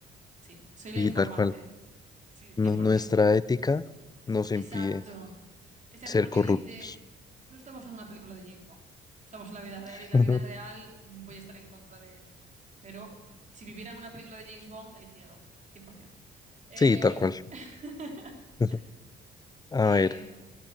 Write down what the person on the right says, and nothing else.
Sí, soy la
informante.
Sí, 100%.
Exacto. Exacto,
porque
dices, no estamos en una película de James Bond. Estamos en la vida real
y en la vida real mm, voy a estar en contra de los corruptos. Pero si viviera en una película de James Bond, elegiría el otro. 100%. Eh...
<laughs>
Eh,